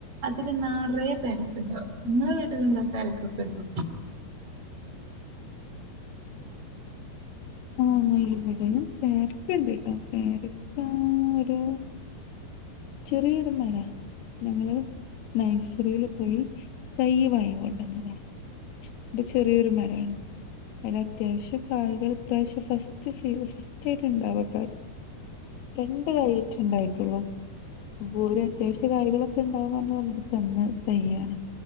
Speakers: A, on the right; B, on the left.
A: അതില് നറയെ പേരക്കണ്ടാവും ങ്ങളെ വീട്ടിലെന്താ പേരക്കൊക്കെണ്ടോ
B: ആ ഇല്ല ബട പേരക്കണ്ട്ട്ടോ പേരക്ക ഒരു ചെറിയൊരു മര ഞങ്ങള് നൈസറിൽ പോയി തയ്യ് വാങ്ങീങ്കോണ്ടന്നതാ ഇപ്പൊ ചെറ്യോരു മരാണ് അല്ല ത്യാവശ്യ കായ്കൾ ഇപ്രാവശ്യം ഫസ്റ്റ് സീ ഫസ്റ്റായിട്ട് ണ്ടാവകായ് രണ്ട് കാര്യായ്ട്ടാണ്ടായിട്ടുള്ളു ദൂരെ അത്യാവശ്യ കാര്യ ങ്ങളൊക്കെ ഉണ്ടാവ പറഞ്ഞ നമുക്ക് തെങ്ങ് തയ്യാണ്